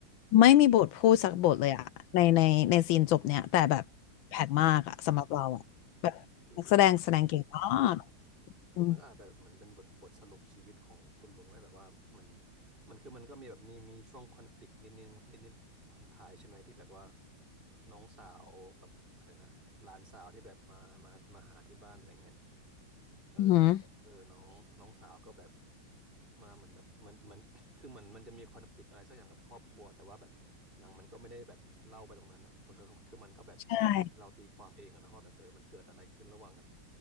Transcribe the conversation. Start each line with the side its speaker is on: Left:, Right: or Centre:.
Left: ไม่มีบทพูดสักบทเลยอะในในในซีนจบเนี่ยแต่แบบแปลกมากอะสำหรับเราอะแบบนักแสดงแสดงเก่งมาก
Right: อืมอืมอืมคืออืมใช่ใช่ คือมันก็อาจแบบเหมือนเป็นบทบทสรุปชีวิตของคุณลุงให้แบบว่ามัน
Left: อืม
Right: มันคือมันก็มีแบบมีมีช่วงคอนฟ lict นิดนึงนิดนิดตอนท้ายใช่ไหมที่แบบว่าน้องสาวกับอะไรนะหลานสาวที่แบบมามามาหาที่บ้านอะไรเงี้ยเออแล้วก็แบบเออน้องน้องสาวก็แบบ
Left: อือหือ
Right: มาเหมือนแบบเหมือนเหมือน คือเหมือนมันจะมีคอนฟ lict อะไรสักอย่างกับครอบครัวแต่ว่าแบบหนังมันก็ไม่ได้แบบเล่าไปตรงนั้นอ่ะมันคือคือมันก็แบบ
Left: ใช่
Right: ให้เราตีความเองอะนะว่าแบบเออมันเกิดอะไรขึ้นระหว่างแบบ